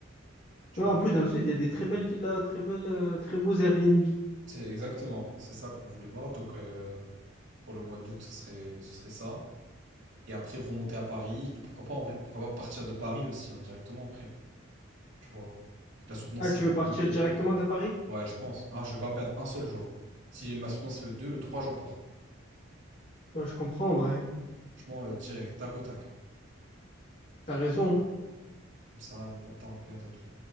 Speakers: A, on the right; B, on the left.
A: Tu
B: Ouais,
A: vois.
B: en plus, dans le sud, il y a des très belles villas, très belles, euh, très beaux Airbnb.
A: C'est exactement, c'est ça qu'on voulait voir. Donc, euh, pour le mois d'août, ce serait, ce serait ça. Et après, remonter à Paris. Et pourquoi pas, en vrai, pourquoi pas partir de Paris aussi, hein, directement après. Tu vois. La soutenance,
B: Ah, tu
A: c'est le
B: veux partir
A: 2.
B: directement
A: euh,
B: de Paris?
A: Ouais, je pense. Ah, je vais pas perdre un seul jour. Si j'ai ma soutenance, c'est le 2, le 3, je pars.
B: Ben, je comprends, en vrai.
A: Franchement, euh, direct, tac au tac.
B: T'as raison.
A: Comme ça, y a pas de temps à perdre et tout.